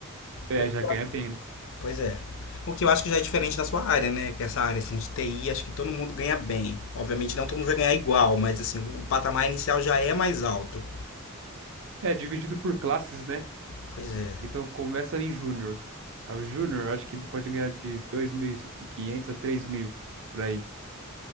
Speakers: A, on the right (about 60°); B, on the left (about 65°).
A: É,
B: O que
A: já ganha
B: eu
A: bem, né?
B: Pois é. O que eu acho que já é diferente da sua área, né? Que essa área assim, de TI, acho que todo mundo ganha bem. Obviamente não todo mundo vai ganhar igual, mas assim, o patamar inicial já é mais alto.
A: É, dividido por classes, né?
B: Pois é.
A: Então começa em júnior. Aí O júnior, acho que ele pode ganhar de 2.500 a 3.000 por aí.